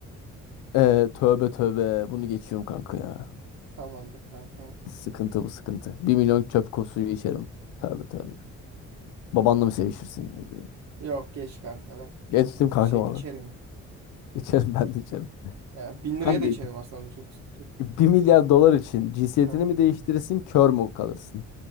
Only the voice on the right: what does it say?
Tamamdır kanka.
Yok geç kanka ben
çok
şey içerim.
Yani bin
liraya da içerim aslında çok sıkıntı yok.
Ha.